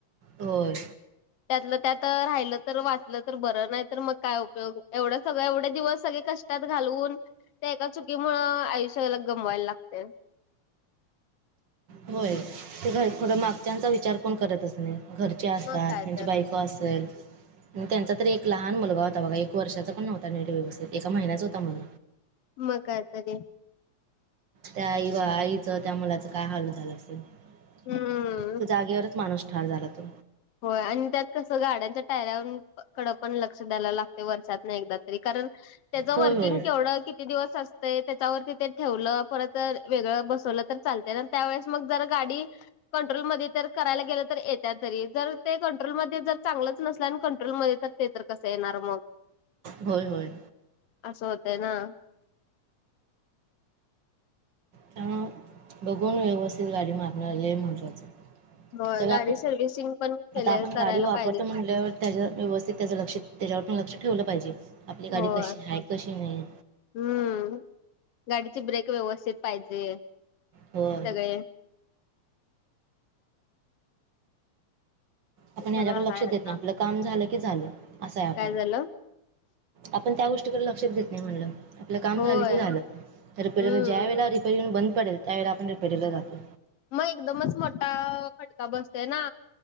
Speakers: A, on the right; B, on the left.
A: होय
B: त्यातलं त्यात राहिलं तर वाचलं तर बरं. नाही तर मग काय? उपयोग एवढं सगळं एवढे दिवस सगळे कष्टात घालून त्या एका चुकीमुळे आयुष्याला गमवायला लागते.
A: होय ते घर थोडं मागच्यांचा विचार कोण करतच नाही. घर चे असतात
B: मग काय
A: त्यांची
B: तर
A: बायको असेल आणि त्यांचा तर एक लहान मुलगा होता. बघा एक वर्षाचा पण नव्हता. नीट व्यवस्थित एका महिन्याच होता. म्हण
B: मग काय तर ते
A: त्या आई व आईचं त्या मुलाचं काय हाल झालं असेल.
B: हम्म
A: <inaudible> तो जागेवरच माणूस ठार झाला तो.
B: होय आणि त्यात कसं? गाड्यांच्या टायऱ्यावर कडं पण लक्ष द्यायला लागत. वर्षातून एकदा तरी कारण त्याचं
A: होय
B: वर्किंग
A: होय
B: केवढ की किती दिवस असते. त्याच्यावरती ते ठेवलं परत वेगळं बसवलं तर चालतय. आणि त्यावेेळेस मग जर गाडी‌ कंट्रोल मध्ये तर करायला गेल तर येत तरी जर ते कंट्रोल मध्ये जर चांगलंच नसला आणि कंट्रोलमध्ये तर ते तर कसं येणार मग.
A: होय होय
B: असं होतय ना-
A: त्यामुळे बघून व्यवस्थित गाडी मागन आलेली लय महत्वाचय- <inaudible>
B: होय
A: जर
B: गाडी
A: आता
B: सर्व्हिसिंग पण केले
A: आपण
B: करायला
A: गाडी वापरतो
B: पाहिजेच
A: म्हटल्यावर- त्याच्या व्यवस्थित त्याच लक्ष त्याच्यावर पण लक्ष ठेवलं पाहिजे. आपली गाडी
B: होय
A: कशी आहे? कशी नाही.
B: हम्म गाडीची ब्रेक व्यवस्थित पाहिजे
A: होय
B: सगळे.
A: आपण
B: सगळं
A: ह्याच्याकडे लक्ष
B: हाय
A: देत
B: आता
A: नाही. आपलं काम झालं की झालं असं आहे आपलं.
B: काय झालं
A: आपण त्या गोष्टीकडे लक्षात देत नाही. म्हणलं आपलं काम
B: होय
A: झालं की झालं. तर आपल्याला
B: हम्म
A: ज्या वेळेला तिथे येऊन बंद पडेल. त्यावेळे आपण रीपेरींगला जातो.
B: मग एकदमच मोठा फटका बसतोय ना.